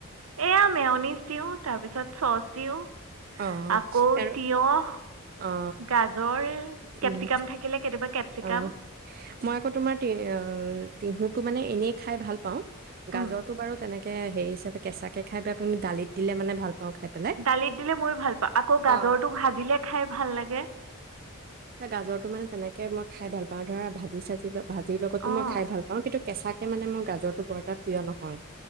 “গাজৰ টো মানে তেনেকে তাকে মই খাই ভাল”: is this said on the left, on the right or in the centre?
Right